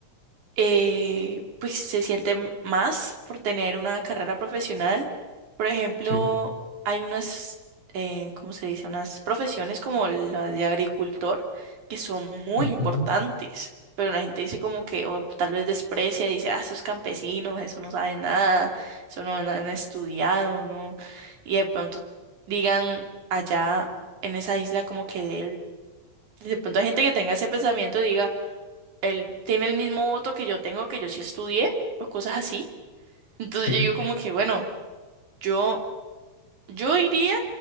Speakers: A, on the right (about 80°); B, on the left (about 25°).
A: eh, pues se sienten más por tener una carrera profesional. Por ejemplo,
B: sí,
A: hay unas, eh, ¿cómo se dice? Unas profesiones como la de agricultor que son muy
B: ujú,
A: importantes, pero la gente dice como que, o tal vez desprecia, dice, ah, esos campesinos, eso no saben nada, eso no, no han estudiado, ¿no? Y de pronto digan allá en esa isla como que él- de pronto hay gente que tenga ese pensamiento, diga, él tiene el mismo voto que yo tengo, que yo sí estudié, o cosas así. Entonces
B: sí,
A: yo digo como que, bueno, yo, yo iría